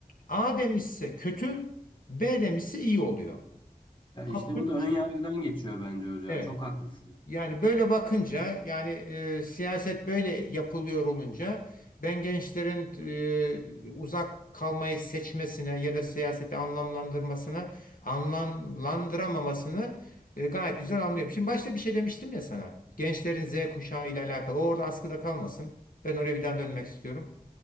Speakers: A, on the left; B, on the left.
A: A demişse kötü, B demişse iyi oluyor.
B: Ya işte
A: Absürt
B: bu da ön
A: bir şey.
B: yargıdan geçiyor bence hocam.
A: Evet.
B: Çok haklısınız.
A: Yani böyle bakınca yani e, siyaset böyle yapılıyor olunca ben gençlerin e, uzak kalmayı seçmesine ya da siyaseti anlamlandırmasına anlamlandıramamasını e, gayet güzel anlıyorum. Şimdi başta bir şey demiştim ya sana. Gençlerin Z kuşağı ile alakalı. O orada askıda kalmasın. Ben oraya bir daha dönmek istiyorum.